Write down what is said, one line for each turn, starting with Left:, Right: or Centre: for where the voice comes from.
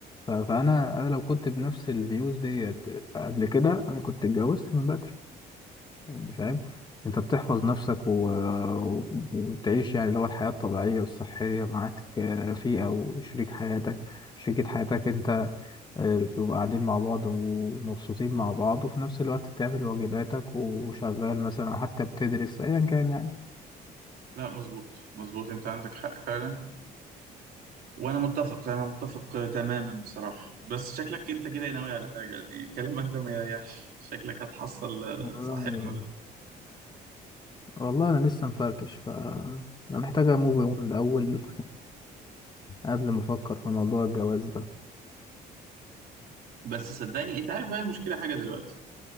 Left: ف... فانا انا لو كنت بنفس الفيوز ديت قبل كده انا كنت اتجوزت من بدري يعني فاهم انت بتحفظ نفسك و... و... وتعيش يعني اللي هو الحياه الطبيعيه والصحيه معاك آه، رفيقه وشريك حياتك شريكة حياتك انت آه، بتبقوا قاعدين مع بعض ومبسوطين مع بعض وفي نفس الوقت بتعمل واجباتك وشغال مثلا أو حتى بتدرس أيا كان يعني
Right: لا مظبوط مظبوط انت عندك حق فعلا وانا متفق انا متفق تماما بصراحه بس شكلك انت كده ناوي على حاجه يعني كلامك ده ما يريحش شكلك هتحصل آه،
Left: آه.
Right: صاحبنا ده
Left: والله أنا لسه مفركش ف أنا محتاج أموف أون من الأول قبل ما أفكر في موضوع الجواز ده
Right: بس صدقني انت عارف بقى المشكله حاجه دلوقتي